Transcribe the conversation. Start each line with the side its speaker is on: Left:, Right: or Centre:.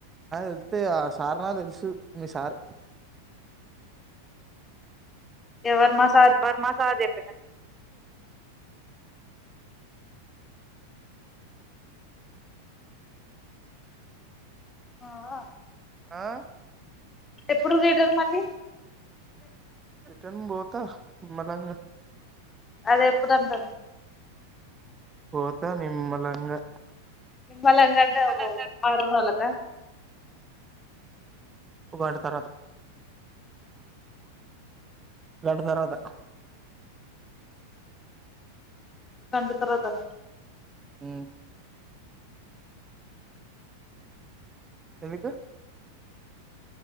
Right: అయితే ఆ సార్ నాక్ తెలుసు మీ సార్
Left: ఎవరి మాస్
Right: ఎవర్ మా సార్ చెప్పిర్
Left: ఆహా
Right: ఆ
Left: ఎప్పుడు రీడర్ మళ్ళీ
Right: రిటర్న్ బోత నిమలంగా
Left: అది ఎప్పుడనారు
Right: పోత నిమ్మలంగా
Left: నిమ్మలంగేనే
Right: వాళ్ళందరినీ
Left: పో అరుణార్లక
Right: ఒక గంట తర్వాత గంట తర్వాత
Left: గంట తరువాతనా
Right: హ్మ ఎందుకు